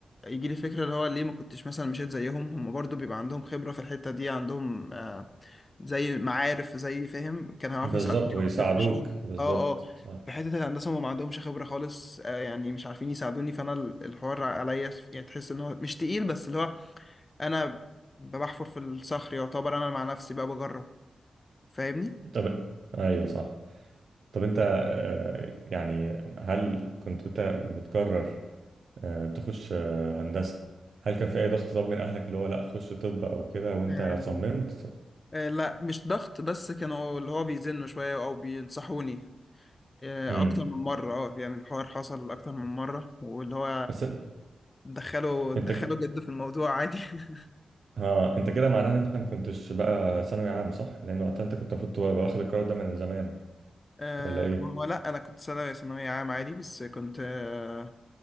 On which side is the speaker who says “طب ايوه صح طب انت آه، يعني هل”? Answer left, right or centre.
Right